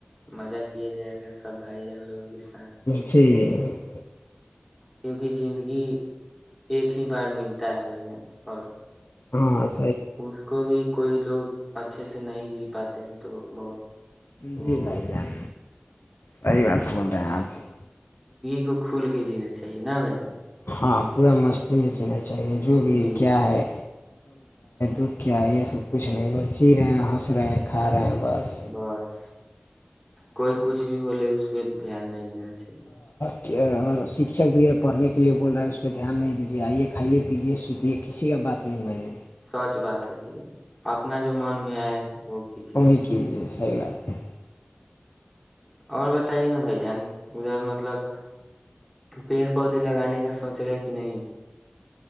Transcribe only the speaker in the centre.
مزہ کیا جائے گا سب بھائی جان لوگوں کے ساتھ
کیونکہ زندگی ایک ہی بار ملتا ہے بھائی جان اور
اس کو بھی کوئی لوگ اچھے سے نہیں جی پاتے ہیں تو بہت <inaudible>
کو کھل کے جینا چاہیے نا بھائی
جان۔
جی
بس کوئی کچھ بھی بولے اس پہ دھیان نہیں جچی
سچ بات ہے بھائی اپنا زمان میں آئے وہ کیجیے
اور بتائیے نا بھائی جان ادھر مطلب پیڑ پودے لگانے کا سوچ رہے کہ نہیں